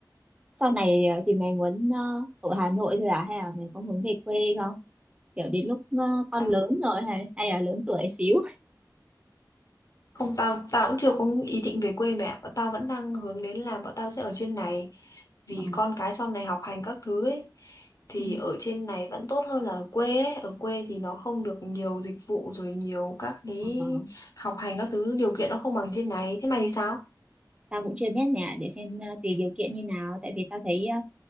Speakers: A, on the right; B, on the left.
A: sau này ờ, thì mày muốn ờ, ở Hà Nội thôi à hay là mày có muốn về quê không kiểu đến lúc ờ, con
B: Tao-
A: lớn rồi hay hay là lớn tuổi xíu
B: không tao tao cũng chưa có ý định về quê mẹ bọn tao vẫn đang hướng đến là bọn tao sẽ ở trên này vì
A: Ờ,
B: con cái sau này học hành các thứ ấy thì
A: ừ,
B: ở trên này vẫn tốt hơn là ở quê ấy. Ở quê thì nó không được nhiều dịch vụ rồi nhiều các cái
A: ờ,
B: học hành các thứ điều kiện nó không bằng trên này thế mày thì sao
A: tao cũng chưa biết nhà để xem ờ, tùy điều kiện như nào tại vì tao thấy ờ,